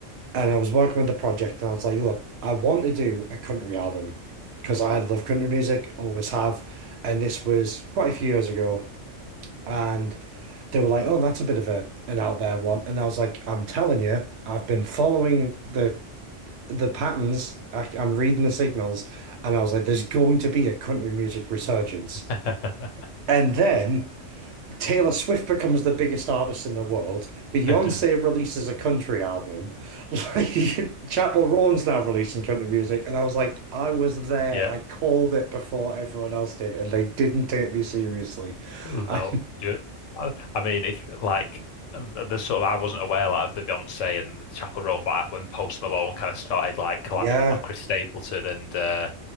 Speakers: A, on the right; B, on the left.
A: and I was working with the project, and I was like, look, I want to do a country album because I love country music, always have, and this was quite a few years ago, and they were like, oh, that's a bit of a an out there one, and I was like, I'm telling you, I've been following the the patterns, I, I'm reading the signals, and I was like, there's going to be a country music resurgence.
B: Mm-hmm.
A: And then Taylor Swift becomes the biggest artist in the world. Beyonce
B: <laughs>
A: releases a country album. <laughs> Like Chapel Roan's now releasing country music. And I was like, I was there.
B: Yeah.
A: I called it before everyone else did, and they didn't take me seriously.
B: No.
A: I-
B: Yeah. I, I mean, if like the sort of I wasn't aware like, of the Beyonce and the Chapel Roan, but when Post Malone kind of started like collabing
A: <laughs> yeah.
B: with like Chris Stapleton and uh